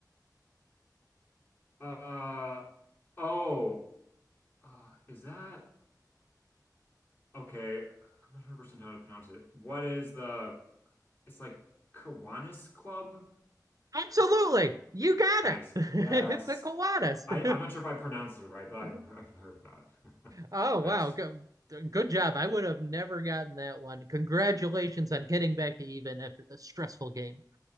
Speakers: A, on the left; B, on the right.
A: Uh oh. Uh, is that okay? I'm not 100% how to pronounce it. What is the? It's like Kiwanis Club.
B: Absolutely.
A: K- k- k-
B: You got
A: Nice.
B: it. <laughs>
A: Yes.
B: It's a Kiwanis.
A: I I'm not sure if I pronounced it right, but I've
B: <laughs>
A: I've heard of that. <laughs>
B: Oh
A: Nice.
B: wow, good, good job. I would have never gotten that one. Congratulations on getting back to even after the stressful game.